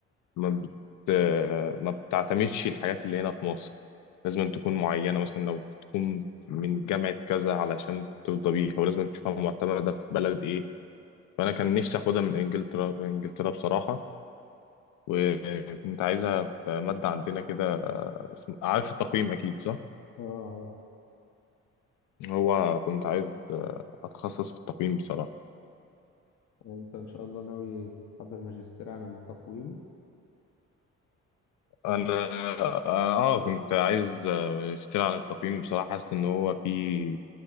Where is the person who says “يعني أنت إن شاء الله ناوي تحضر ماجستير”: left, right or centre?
Left